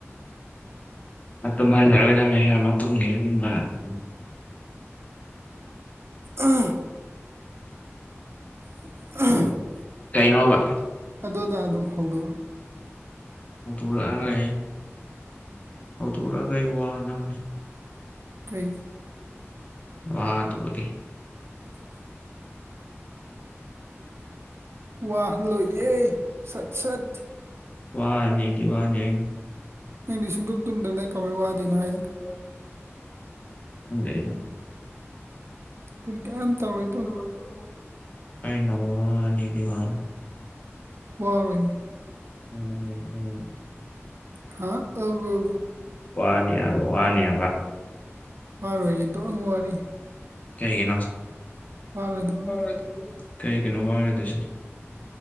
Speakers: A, on the left; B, on the right.
A: <unintelligible>
B: <unintelligible> <unintelligible>
A: ꯀꯩꯅꯣꯕ
B: ꯑꯗꯨꯅꯥ ꯑꯗꯨꯝ ꯍꯧꯗꯣꯔꯛꯑꯣ
A: <unintelligible> ꯍꯧꯗꯥꯛꯔꯛꯑꯒ ꯑꯩ ꯋꯥꯅꯕꯅꯤ
B: ꯀꯩ
A: ꯋꯥꯗꯨꯕꯨꯗꯤ
B: <unintelligible> ꯀꯋꯥꯍꯜꯂꯣꯏꯌꯦ ꯁꯠ ꯁꯠ
A: ꯋꯥꯅꯦꯗꯤ ꯋꯥꯈꯜ
B: ꯅꯪꯗꯤ ꯁꯨꯡꯇꯨꯝ ꯇꯨꯝꯗꯅ ꯅꯪ ꯀꯃꯥꯏꯅ ꯋꯥꯗꯣꯏꯅꯣ
A: ꯍꯥꯏꯕ
B: ꯍꯥꯏꯁꯦ
A: <unintelligible> ꯈꯪꯗꯦ ꯑꯩꯅ
B: ꯑꯗꯨ ꯀꯩꯝ ꯇꯧꯔꯣꯏ
A: <unintelligible>
B: ꯋꯥꯔꯣꯏ ꯃꯤ
A: ꯎꯝ ꯎꯝ ꯎꯝ
B: <unintelligible> ꯍꯥꯏꯌꯨ
A: ꯋꯥꯅꯤ ꯑꯥꯕ ꯋꯥꯅꯤ ꯑꯕꯥ
B: ꯋꯥꯔꯣꯏꯌꯦ ꯗꯣꯟ ꯋꯥꯔꯤ
A: ꯀꯩꯒꯤꯅꯣ
B: ꯋꯥꯔꯣꯏꯗꯕꯒꯤ
A: ꯋꯥꯔꯣꯏꯗꯣꯔꯤ ꯀꯩꯒꯤꯅꯣ ꯋꯥꯔꯣꯏꯗꯣꯏꯁꯦ